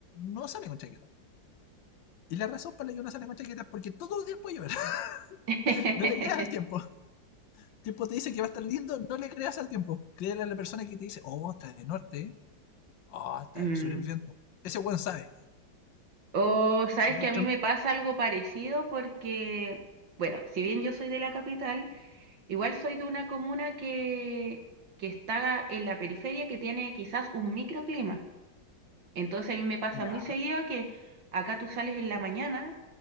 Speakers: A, on the left (about 75°); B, on the right (about 70°).
A: no sale con chaqueta. Y la razón para la que uno sale con chaqueta es porque todos los días puede llover. <laughs>
B: <laughs>
A: No le creas al tiempo.
B: <laughs>
A: El tiempo te dice que va a estar lindo, no le creas al tiempo. Créele a la persona que te dice, oh, está de norte, ¿eh? oh, está
B: Mm.
A: de sur el viento. Ese weón sabe.
B: O sabes
A: Mientras...
B: que a mí me pasa algo parecido porque, bueno, si bien yo soy de la capital, igual soy de una comuna que, que está en la periferia que tiene quizás un microclima. Entonces a mí me pasa
A: Ya.
B: muy seguido que acá tú sales en la mañana